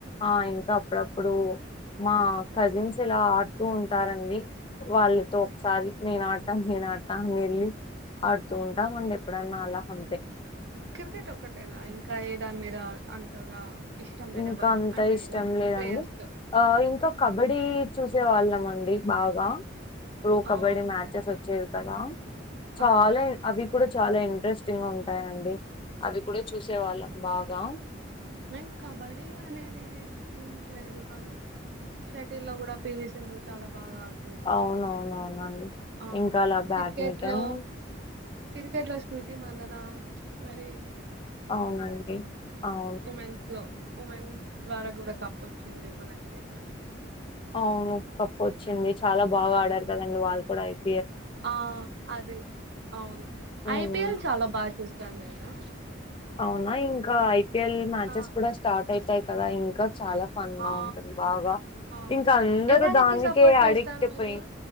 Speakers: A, on the left (about 25°); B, on the right (about 65°).
A: ఆ ఇంకా అప్పుడప్పుడు మా కజిన్స్ ఇలా ఆడుతూ ఉంటారండి వాళ్ళతో ఒకసారి నేను ఆడతాను నేను ఆడతా అని వెళ్ళి ఆడుతూ ఉంటామండి ఎప్పుడన్నా అలా అంతే
B: కిర్కెట్ ఒక్కటేనా ఇంకా ఏ దాని మీద అంతగా ఇష్టం లేదు
A: ఇంకా
B: ఎవరు
A: అంత
B: అంటే
A: ఇష్టం
B: ఇలా
A: లేదండి
B: ప్లేయర్స్
A: ఆ ఇంకా కబడి చూసే వాళ్ళం అండి బాగా ప్రో కబడ్డీ
B: ఓకే
A: మ్యాచెస్ వచ్చేవి కదా చాలా
B: ఆ
A: అవి ఇప్పుడు చాలా ఇంట్రెస్టింగ్గా ఉంటాయిండి అవి కూడా చూసే వాళ్ళం బాగా
B: మేం కబడ్డీ అనేది ఏం లేదు కానీ షటిల్ లో కూడా పివి సింధు చాలా బాగా ఆడ
A: అవునవునవునండి
B: అవును
A: ఇంకా అలా బ్యాడ్మిటన్
B: క్రికెట్ లో క్రికెట్ లో స్మృతి మందన మరీ
A: అవునండి అవు
B: ఉమెన్స్ లో ఉమెన్స్ ద్వారా కూడా కప్పు వచ్చింది మనకి
A: అవును కప్పు వచ్చింది చాలా బాగా ఆడారు కదండి వాళ్ళు కూడా అయితే.
B: ఆ అదే అవును
A: హ్మ్.
B: ఐపిఎల్ చాలా బాగా చూస్తు తన్నేనా
A: అవునా ఇంకా ఐపీఎల్ మ్యాచెస్
B: ఆ
A: కూడా స్టార్ట్ అయితాయి కదా ఇంకా చాలా ఫన్ గా
B: ఆ
A: ఉంటుంది బాగా
B: ఆ
A: ఇంకా అందరు
B: ఏదానికి
A: దానికే
B: సపోర్ట్ చేస్తారు
A: అడిక్ట్
B: మీరు
A: పోయి